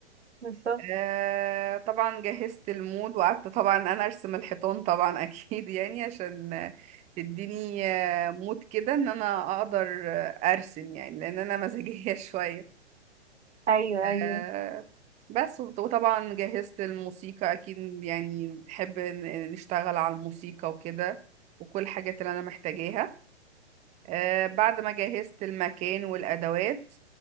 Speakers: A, on the right (about 80°); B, on the right (about 20°).
A: بالظبط
B: آه طبعا جهزت المود وقعدت طبعا انا ارسم الحيطان طبعا <laughs> اكيد يعني عشان آه، تديني آه، مود كده ان انا اقدر آه، ارسم يعني لان انا مزاجية <laughs> شوية
A: ايوه
B: آه
A: ايوه
B: بس وط- وطبعا جهزت الموسيقى اكيد يعني بحب ن- نشتغل على الموسيقى وكده وكل الحاجات اللي انا محتاجاها آه، بعد ما جهزت المكان والأدوات